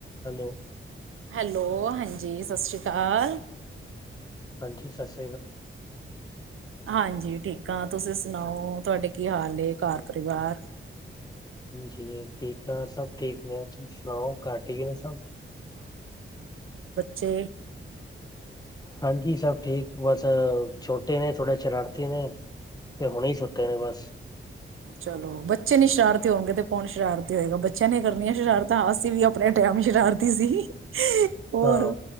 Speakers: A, on the left; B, on the right.
A: Hello
B: hello ਹਾਂਜੀ ਸਤਿ ਸ੍ਰੀ ਅਕਾਲ
A: ਹਾਂਜੀ ਸਤਿ੍ਰ
B: ਹਾਂਜੀ ਠੀਕ ਆ ਤੁਸੀਂ ਸੁਣਾਓ ਤੁਹਾਡੇ ਕੀ ਹਾਲ ਘਰ ਪਰਿਵਾਰ
A: ਜੀ ਠੀਕ ਆ ਸਭ ਠੀਕ ਨੇ ਤੁਸੀਂ ਸੁਣਾਓ ਘਰ ਠੀਕ ਨੇ ਸਭ
B: ਛੇ
A: ਹਾਂਜੀ ਸਭ ਠੀਕ ਬਸ ਛੋਟੇ ਨੇ ਥੋੜੇ ਸ਼ਰਾਰਤੀ ਨੇ ਤੇ ਹੁਣੇ ਸੁਤੇ ਨੇ ਬਸ
B: ਚਲੋ ਬੱਚੇ ਨੀ ਸ਼ਰਾਰਤੀ ਹੋਣਗੇ ਤੇ ਕੌਣ ਸ਼ਰਾਰਤੀ ਹੋਏਗਾ ਬੱਚਿਆਂ ਨੇ ਕਰਨੀਆਂ ਸ਼ਰਾਰਤਾਂ ਅਸੀਂ ਵੀ ਆਪਣੇ ਟਾਈਮ ਸ਼ਰਾਰਤੀ ਸੀ ਹੋਰ
A: ਹਾਂ